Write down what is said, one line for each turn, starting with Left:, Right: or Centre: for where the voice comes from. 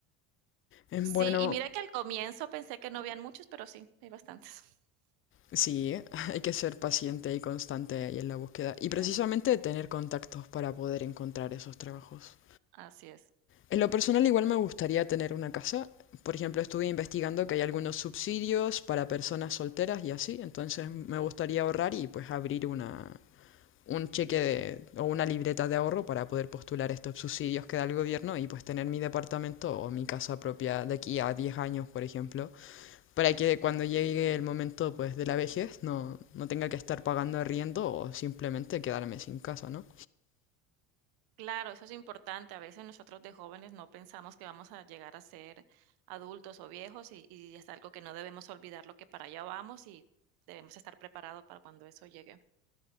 Left: Eh,
Right: Sí,
Left: Bueno,
Right: y mira que al comienzo pensé que no habían muchos, pero sí, hay bastantes. <laughs>
Left: Sí, <laughs> hay que ser paciente y constante ahí en la búsqueda y
Right: Claro,
Left: precisamente tener contactos para poder encontrar esos trabajos.
Right: así es.
Left: En lo personal igual me gustaría tener una casa. Por ejemplo, estuve investigando que hay algunos subsidios para personas solteras y así, entonces me gustaría ahorrar y pues abrir una un cheque de, o una libreta de ahorro para poder postular estos subsidios que da el gobierno y pues tener mi departamento o mi casa propia de aquí a 10 años, por ejemplo para que cuando llegue el momento pues de la vejez no, no tenga que estar pagando arriendo o simplemente quedarme sin casa, ¿no?
Right: Claro, eso es importante. A veces nosotros de jóvenes no pensamos que vamos a llegar a ser adultos o viejos y, y es algo que no debemos olvidar lo que para allá vamos y debemos estar preparados para cuando eso llegue.